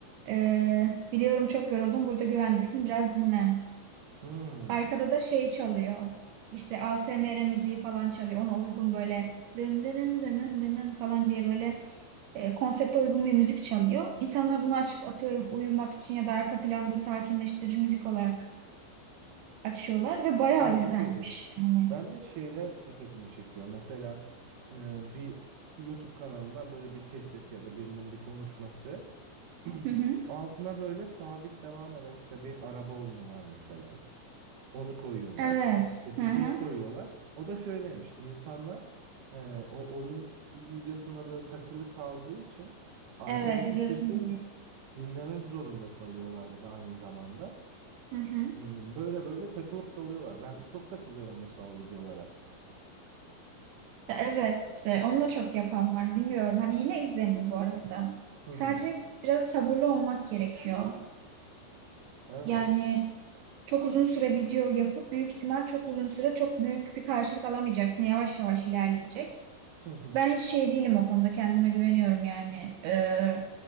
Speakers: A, on the right; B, on the right.
A: Ee, biliyorum çok yoruldun burada güvendesin biraz dinlen.
B: Hı.
A: Arkada da şey çalıyor. İşte ASMR müziği falan çalıyor. Ona uygun böyle dın dın dın dın dın falan diye böyle e, konsepte uygun bir müzik çalıyor. İnsanlar bunu açıp atıyorum uyumak için ya da arka planda sakinleştirici müzik olarak açıyorlar ve bayağı
B: Aa,
A: izlenmiş
B: çok ilginç.
A: yani.
B: Ben de şeyler dikkatimi çekiyor. Mesela e, bir YouTube kanalından böyle bir kesit ya da birinin bir konuşması. <clears throat>
A: Hı hı.
B: Altına böyle sabit devam eden işte bir araba oyunu var mesela. Onu koyuyorlar.
A: Evet.
B: İşte bir
A: Hı
B: şey
A: hı.
B: koyuyorlar. O da şöyleymiş. İnsanlar e, o oyun videosunda böyle takılı kaldığı için arkadaki
A: Evet izlesin
B: sesi
A: diye.
B: dinlemek zorunda kalıyorlar bir de aynı zamanda.
A: Hı hı.
B: Hmm, böyle böyle takılıp kalıyorlar. Ben çok takılıyorum mesela o videolara.
A: Ya Evet işte onu da çok yapan var bilmiyorum. Hani yine izlenir bu arada.
B: Hı hı.
A: Sadece biraz sabırlı olmak gerekiyor.
B: Evet.
A: Yani çok uzun süre video yapıp büyük ihtimal çok uzun süre çok büyük bir karşılık alamayacaksın. Yavaş yavaş ilerleyecek.
B: Hı hı.
A: Ben hiç şey değilim o konuda kendime güveniyorum yani. Ee,